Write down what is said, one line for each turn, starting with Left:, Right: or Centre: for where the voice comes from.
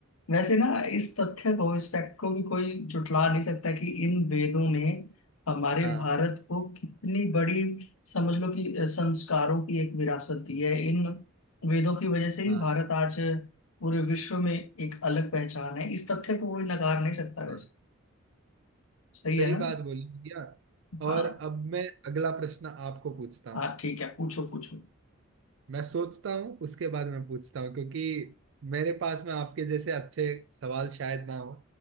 Left: वैसे ना इस तथ्य को इस फैक्ट को भी कोई जुटला नहीं सकता कि इन वेदों ने हमारे
Right: हाँ
Left: भारत को कितनी बड़ी समझ लो कि संस्कारों की एक विरासत दी है इन वेदों की वजह से ही
Right: हाँ
Left: भारत आज पूरे विश्व में एक अलग पहचान है इस तथ्य को कोई नकार नहीं सकता वैसे
Right: हाँ
Left: सही
Right: सही
Left: है ना
Right: बात बोली भैया
Left: हाँ
Right: और अब मैं अगला प्रश्न आपको पूछता हूँ
Left: हाँ ठीक है पूछो पूछो
Right: मैं सोचता हूँ उसके बाद मैं पूछता हूँ क्योंकि मेरे पास में आपके जैसे अच्छे सवाल शायद ना हो